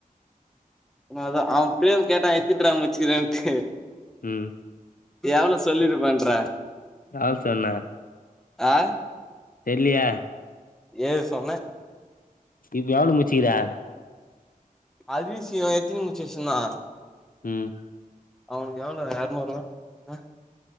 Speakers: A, in the centre; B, on the left.
A: அ அதா அவ் பேம் கேட்டா எத்தின்ரா முச்சிக்கிறேன்ட்டு
B: ம்
A: எவ்ளோ சொல்லிருப்பன்ற
B: லால் சொன்னே
A: ஆ
B: தெர்லியே
A: ஏழு சொன்ன
B: இப்ப எவ்ளோ முச்சுக்கிற
A: ஹரிஸ் இவ எத்தனி முடிச்சி வெச்சிருந்தா
B: ம்
A: அவனுக்கு எவ்ளோ எரநூறூவா ஆ